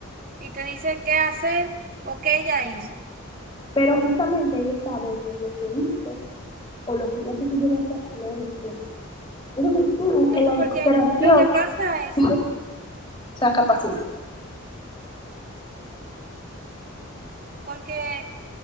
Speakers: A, on the right; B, on the left.
A: Y te dice qué hacer o qué ella hizo.
B: Pero justamente ahí está donde lo que hizo o lo que ella se pudiera hacer no es lo mejor. Entonces tú,
A: No,
B: en la
A: porque
B: desesperación,
A: lo que pasa es
B: pierdes esa capacidad.
A: porque